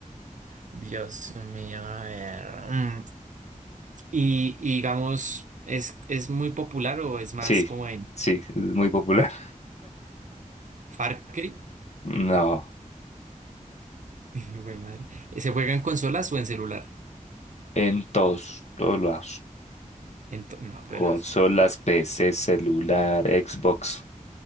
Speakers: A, on the right; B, on the left.
A: Dios mío. A ver. mm. Y, y digamos, ¿es, es muy popular o es más
B: Sí,
A: como en
B: sí, es muy popular.
A: Far Cry?
B: No,
A: <laughs> Jue madre. ¿Se juega en consolas o en celular?
B: en todos, todos lados.
A: Ento- no,
B: Consolas,
A: pero.
B: P C celular, Xbox.